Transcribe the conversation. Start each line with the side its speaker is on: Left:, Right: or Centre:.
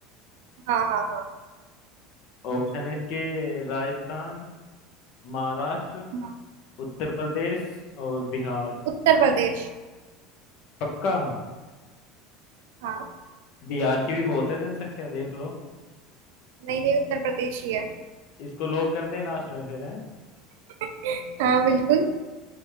Right: हाँ हाँ हाँ
Left: ऑप्शन ए के राजस्थान महाराष्ट्र
Right: हाँ
Left: उत्तर प्रदेश और बिहार
Right: उत्तर प्रदेश
Left: पक्का
Right: हाँ
Left: बिहार की भी बहुत है जनसंख्या देख लो
Right: नहीं नहीं उत्तर प्रदेश ही है
Left: इसको लोग कर दें लास्ट में फिर है
Right: <laughs> हाँ बिल्कुल